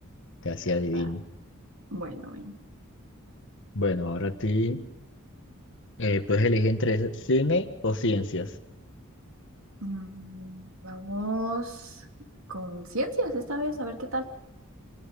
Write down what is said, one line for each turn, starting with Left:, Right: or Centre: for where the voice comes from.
Left: casi adivino.
Right: Va, Bueno, bueno.
Left: Bueno, ahora a ti. Eh, puedes elegir entre cine o ciencias.
Right: Mm, vamos con ciencias esta vez, a ver qué tal.